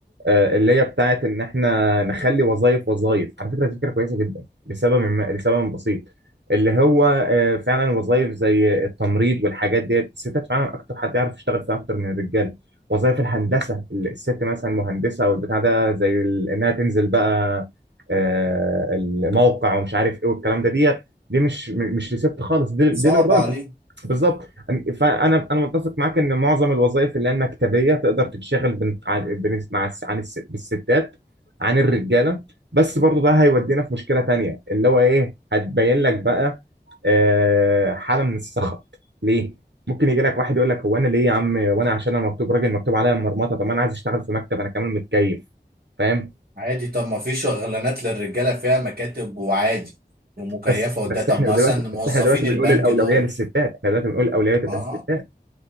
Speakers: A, on the right; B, on the right.
A: آه، اللي هي بتاعت ان احنا نخلي وظائف وظائف على فكره دي فكره كويسه جدا لسبب ما لسبب بسيط اللي هو آه، فعلا وظائف زي التمريض والحاجات ديت الستات فعلا اكتر حد يعرف يشتغل فيها اكتر من الرجاله وظائف الهندسه الست مثلا مهندسه او البتاع ده زي ال- انها تنزل بقى آه، الموقع ومش عارف ايه والكلام ده ديت دي مش م- مش لست خالص دي, دي
B: صعب
A: للراجل
B: عليك
A: بالظبط فانا انا متفق معاك ان معظم الوظائف اللي هي المكتبيه تقدر تتشغل بن... عن... بن... مع الس... عن الس... بالستات عن الرجاله بس برضو ده هيودينا في مشكله تانية اللي هو ايه هتبين لك بقى آه... حاله من السخط ليه ممكن يجي لك واحد يقول لك هو انا ليه يا عم وانا عشان انا مكتوب راجل مكتوب عليا المرمطه طب ما انا عايز اشتغل في مكتب انا كمان متكيف فاهم
B: عادي طب ما في شغلانات للرجالة فيها مكاتب وعادي ومكيفة
A: بس
B: وده
A: بس
B: طب
A: احنا
B: مثلا
A: دلوقتي
B: موظفين
A: بس احنا دلوقتي بنقول
B: البنك
A: الاولويه
B: دول
A: للستات احنا دلوقتي بنقول الاولويه تبقى
B: اه
A: للستات